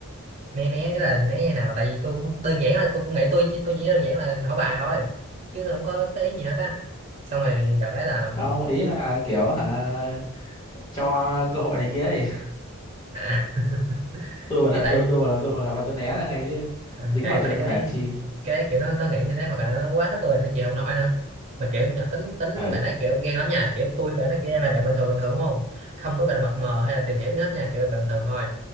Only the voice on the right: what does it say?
né né là né như nào tại vì tôi cũng đơn giản là tôi cũng nghĩ tôi chỉ tôi chỉ đơn giản là hỏi bài thôi chứ tôi không có cái ý gì hết á xong rồi đợt đấy là
à, <laughs>
ý
tại
à,
tại
tại
cái
đấy
cái đấy kiểu nó nó nghĩ như thế hoặc là nó quá thích tôi nó chịu không nổi nữa mà kiểu nhỏ tính tính
bạn ấy kiểu ghen lắm nha kiểu tôi bạn ấy kiểu đang là bạn bình thường bình thường đúng không không có gọi là mập mờ hay là tìm hiểu gì hết nha kiểu bạn bình thường thôi